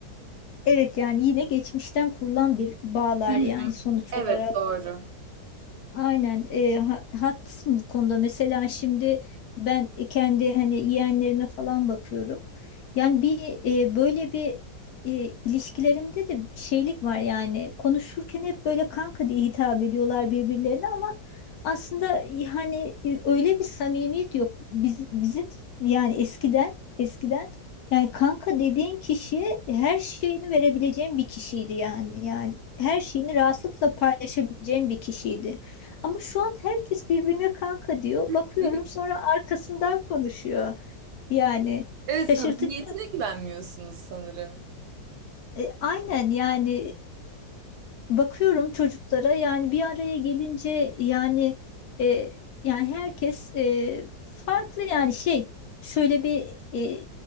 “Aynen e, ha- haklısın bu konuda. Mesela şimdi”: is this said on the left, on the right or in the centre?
Left